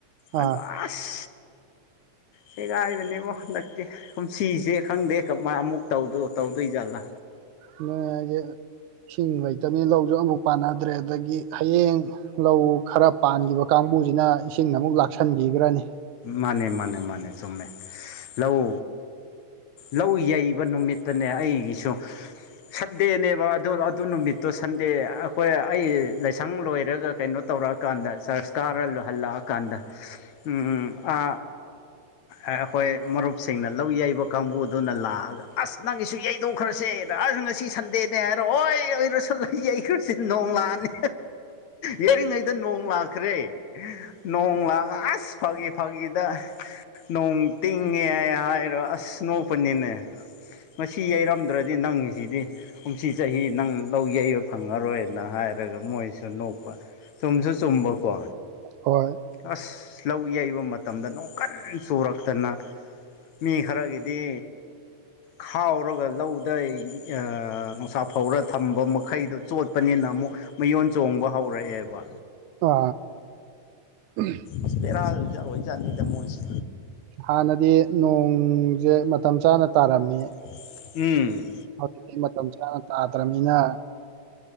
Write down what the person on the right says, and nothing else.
ꯑꯥ
ꯑꯗꯨꯅꯦ ꯍꯥꯏꯖꯦ ꯏꯁꯤꯡ ꯂꯩꯇꯕꯅꯤꯅ ꯂꯧꯖꯨ ꯑꯃꯕꯨꯛ ꯄꯥꯟꯅꯗ꯭ꯔꯦ ꯑꯗꯒꯤ ꯍꯌꯦꯡ ꯂꯧ ꯈꯔ ꯄꯥꯟꯒꯤꯕ ꯀꯥꯡꯕꯨꯖꯤꯅ ꯏꯁꯤꯡ ꯑꯃꯨꯛ ꯂꯥꯛꯁꯟꯕꯤꯒ꯭ꯔꯅꯤ
ꯍꯣꯏ
ꯑ <inaudible> ꯎ‌ꯝ
ꯍꯥꯟꯅꯗꯤ ꯅꯣꯡꯖꯦ ꯃꯇꯝ ꯆꯥꯅ ꯇꯥꯔꯝꯃꯦ
ꯍꯧꯖꯤꯛꯇꯤ ꯃꯇꯝ ꯆꯥꯅ ꯇꯥꯗ꯭ꯔꯕꯅꯤꯅ